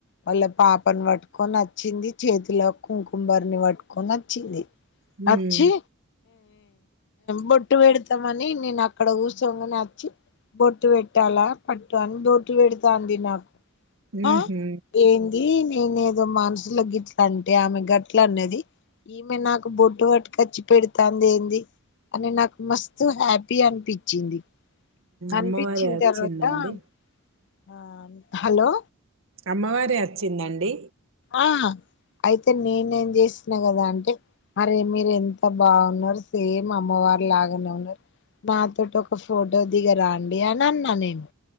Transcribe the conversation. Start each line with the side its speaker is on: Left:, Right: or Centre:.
Left: వాళ్ళ పాపని పట్టుకొని వచ్చింది చేతిలో కుంకుమారిని పట్టుకొని వచ్చింది
Right: హ్మ్
Left: రాచ్చి బొట్టు పెడతామని నేను అక్కడ కుసొంగానే వచ్చి బొట్టు పెట్టాలా పట్టు అని బొట్టు పెడతా అంది నాకు ఆ
Right: ఊహూ
Left: ఏంది నేనేదో మనసుల గిట్ల అంటే ఆమె గట్ల అన్నది ఈమె నాకు బొట్టు పట్టుకుచ్చి పెడుతాంది ఏంది అ నాకు మస్తు హ్యాపీ అనిపించింది అనిపించిన
Right: అమ్మవారే వచ్చిందండి
Left: తర్వాత ఆ హలో
Right: అమ్మవారే వచ్చిందండి
Left: ఆ అయితే నేనే ఏం చేసిన కదా అంటే అరే మీరు ఎంత బాగున్నారు సేమ్ అమ్మవారు లాగానే ఉన్నారు నాతోటి ఒక ఫోటో దిగరండి అని అన్నా నేను